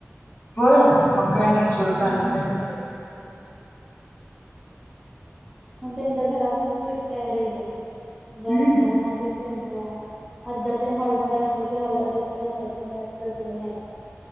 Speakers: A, on the left; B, in the centre.
A: होय मग काय नाही सोडं चालत
B: हम्म
A: नाही तस
B: म त्यांच्या घरात पण स्ट्रिक्ट आहे बहिला म्हणजे
A: हम्म
B: अजजां ना आातन हॉलमध्येध्ये असल की हॉलमध्येध्ये बसायच नाही अस तस ल आहे